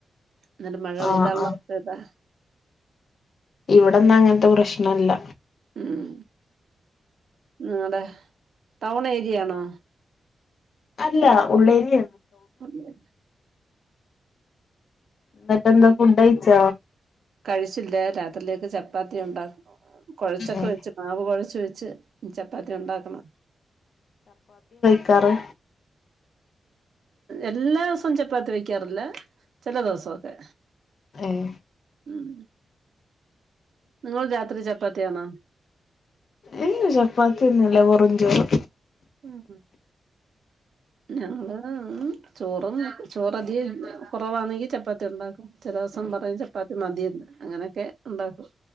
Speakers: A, on the right (about 60°); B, on the left (about 50°).
A: നല്ല മഴ പെയ്താനുള്ള
B: ആഹ് ആഹ്
A: അവസ്ഥ താ
B: ഇവിടന്നും അങ്ങനത്തെ പ്രശ്നല്ല
A: ഉം ഉ അതെ ടൗണ യാണോ
B: അല്ല ഉള്ളേരി
A: <unintelligible>
B: എന്നിട്ട എന്താ ഫുഡ് അയിച്ചോ
A: കഴിച്ചില്ല രാത്രിേക്ക്െ ചപ്പ <unintelligible> കൊഴച്ചൊക്കെ
B: ഏഹ്
A: വെച്ച് മാവ് കുഴ <unintelligible> ചപ്പാത്തി ഉണ്ടാക്കണം
B: ക്കറ്
A: എല്ലാ ദിവസവും ചപ്പാത്തി വെക്കാറില്ല ചില ദിവസൊക്കെ
B: ഏഹ്
A: ഉം നിങ്ങൾ രാത്രി ചപ്പാത്തിയാണോ
B: ഏ ചപ്പാത്തിയ ഒന്നുംല്ല വെറുംചോറ്
A: ഉ ഞങ്ങള് ചോറും ചോറധികം കുറവാണെങ്കി ചപ്പാത്തി ഉണ്ടാക്കും ചില ദിവസം പറയാ ചപ്പാത്തി മതിയന്ന് അങ്ങനെയൊക്കെ ഉണ്ടാക്കും